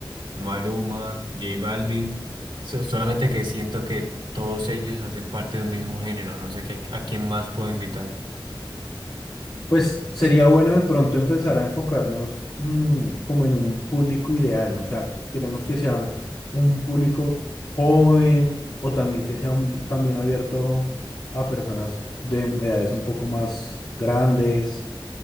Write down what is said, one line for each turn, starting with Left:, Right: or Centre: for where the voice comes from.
Right: Maluma, J Balvin. So- solamente que siento que todos ellos hacen parte de un mismo género, no sé qué, a quién más puedo invitar.
Left: Pues sería bueno de pronto empezar a enfocarnos mm, como en un público ideal, o sea, queremos que sea un, un público joven o también que sea un- también abierto a personas de edades un poco más grandes,